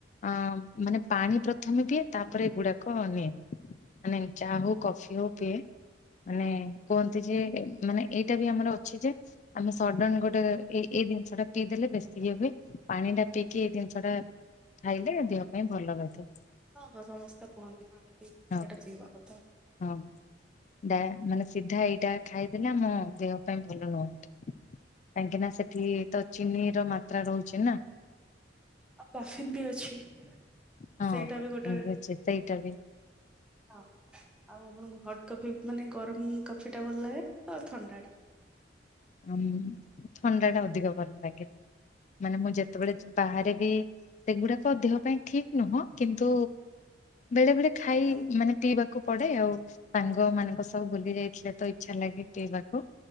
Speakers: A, on the left (about 40°); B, in the centre.
A: ଅଁ ମାନେ ପାଣି ପ୍ରଥମେ ପିଏ ତାପରେ ଏଗୁଡାକ ନିଏ। ମାନେ ଚା ହୋଉ କଫି ହୋଉ ପିଏ ମାନେ କୁହନ୍ତି ଯେ ମାନେ ଏଇଟା ବି ଆମର ଅଛି ଯେ ଆମେ ସଡନ ଗୋଟେ ଏ ଏଇ ଦିନଷଟା ପିଇଦେଲେ ବେଶୀ ଇଏ ହୁଏ ପାଣିଟା ପିଇକି ଏଇ ଦିନଷଟା ଖାଇଲେ ଦେହ ପାଇଁ ଭଲ ରହିଥାଏ।
B: ହଁ ହଁ ସମସ୍ତେ କୁହନ୍ତି ପାଣି ପିଇକି
A: ହଁ।
B: ଏଇଟା ପିଇବା କଥା।
A: ହଁ ଡା ମାନେ ସିଧା ଏଇଟା ଖାଇଦେଲେ ଆମ ଦେହ ପାଇଁ ଭଲ ନୁହଁ ଏଟା। କାହିଁକି ନା ସେଠି ତ ଚିନିର ମାତ୍ରା ରହୁଚି ନା।
B: ଆଉ କଫିନ ବି ଅଛି।
A: ହଁ
B: ସେଇଟା
A: କଠିନ
B: ଗୋଟେ
A: ବି ଅଛି ସେଇଟା ବି।
B: ହଁ ଆଉ ଆପଣଙ୍କୁ ହଟ କଫି ମାନେ ଗରମ କଫିଟା ଭଲ ଲାଗେ ଆଉ ଥଣ୍ଡା ଟା?
A: ଉଁ ଥଣ୍ଡାଟା ଅଧିକ ଭଲ ଲାଗେ ମାନେ ମୁଁ ଯେତେବେଳେ ବାହାରେ ବି ସେଗୁଡାକ ଦେହ ପାଇଁ ଠିକ ନୁହଁ କିନ୍ତୁ ବେଳେ ବେଳେ
B: ଲାଗେ
A: ଖାଇ
B: ଆଉ
A: ମାନେ ପିଇବା କୁ ପଡେ ଆଉ ସାଙ୍ଗ ମାନଙ୍କ ସହ ବୁଲି ଯାଇଥିଲେ ତ ଇଚ୍ଛା ଲାଗେ ପିଇବାକୁ